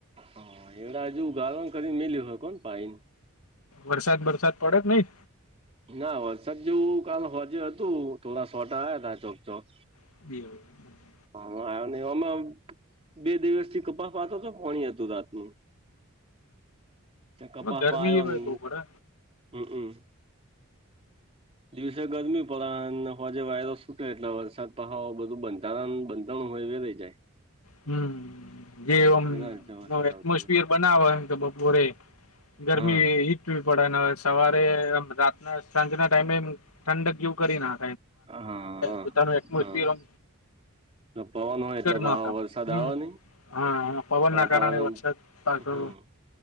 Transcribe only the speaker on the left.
વરસાદ વરસાદ પડે કે નહ
<inaudible>
ગરમી
ભાઈ બહુ પડે
હમ જેમ
એટમોસફિયર
બનાવ કે બપોરે ગરમી
વી પડેને હવે સવારે રાતના સાંજના ટાઈમેમ ઠંડક ગયુ કરી ના
પોતાનું એમોિરલ
ના
હમ
હા પવન
ના કારણે વરસાદ પાછો